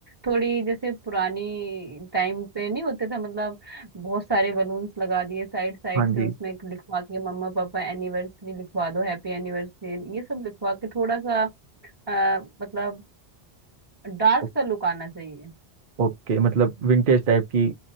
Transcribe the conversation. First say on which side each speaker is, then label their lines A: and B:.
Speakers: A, on the right (about 25°); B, on the right (about 55°).
A: थोड़ी जैसे पुरानी टाइम पे नहीं होते थे मतलब बहुत सारे बलून्स लगा दिए साइड साइड
B: हाँ
A: से
B: जी
A: उसमें एक लिखवा के मम्मा पापा एनिवर्सरी लिखवा दो हैप्पी एनिवर्सरी ये सब लिखवा के थोड़ा सा अ, मतलब डार्क
B: ओ-
A: सा लुक आना चाहिए
B: ओके मतलब विंटेज टाइप की